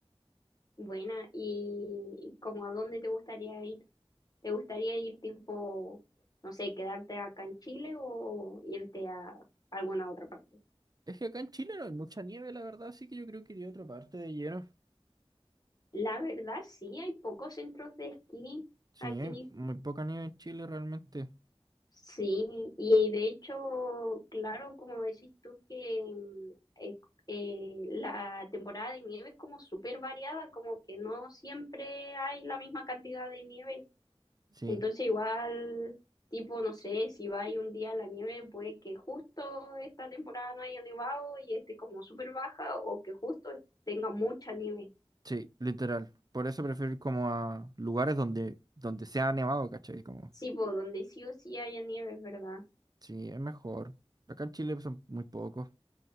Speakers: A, on the left; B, on the right.
A: Buena. ¿Y, y como a dónde te gustaría ir? ¿Te gustaría ir tipo, no sé, quedarte acá en Chile o irte a alguna otra parte?
B: Es que acá en Chile no hay mucha nieve, la verdad, así que yo creo que iría a otra parte de lleno.
A: La verdad, sí, hay pocos centros de esquí
B: Sí,
A: aquí
B: hay muy poca nieve en Chile realmente.
A: Sí, y de hecho, claro, como decís tú, que mm, eh, eh, la temporada de nieve es como súper variada, como que no siempre hay la misma cantidad de nieve.
B: Sí,
A: Entonces, igual, tipo, no sé, si va ahí un día la nieve, puede que justo esta temporada no haya nevado y esté como súper baja, o que justo tenga mucha nieve.
B: sí, literal. Por eso prefiero ir como a lugares donde, donde sea nevado, ¿cachai? Como,
A: Sí, pues donde sí o sí haya nieve, es verdad.
B: sí, es mejor. Acá en Chile son muy pocos,